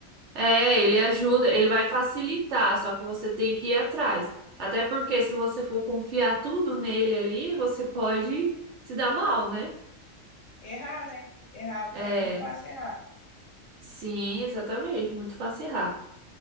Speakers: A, on the right (about 65°); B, on the left (about 70°).
A: É, ele ajuda, ele vai facilitar, só que você tem que ir atrás. Até porque se você for confiar tudo nele ali, você pode se dar mal, né?
B: Errar, né? Errar
A: É,
B: é muito fácil errar.
A: sim, exatamente, muito fácil errar.